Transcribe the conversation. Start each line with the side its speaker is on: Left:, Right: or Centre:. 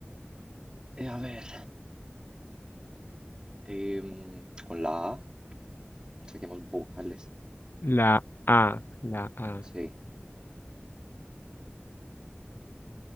Right: Eh, a ver. em, con la A. Saquemos vocales.
Left: La A, la A.
Right: Sí.